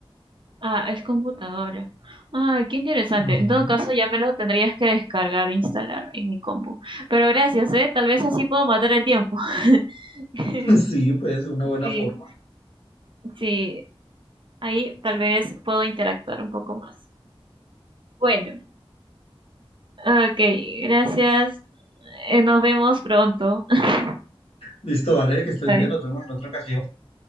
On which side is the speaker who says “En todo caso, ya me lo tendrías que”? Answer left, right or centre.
Right